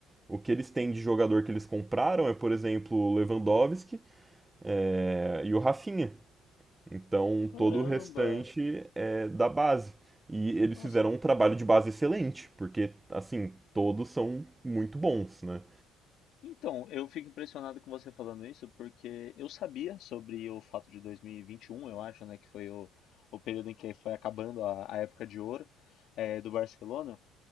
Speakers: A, on the right (about 15°); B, on the left (about 65°).
A: O que eles têm de jogador que eles compraram é, por exemplo, o Lewandowski é, e o Rafinha. Então
B: Caramba!
A: todo o restante é da base. E eles
B: Nossa.
A: fizeram um trabalho de base excelente, porque assim, todos são muito bons, né?
B: Então, eu fico impressionado com você falando isso, porque eu sabia sobre o fato de 2021, eu acho, né? Que foi o, o período em que foi acabando a, a época de ouro eh, do Barcelona.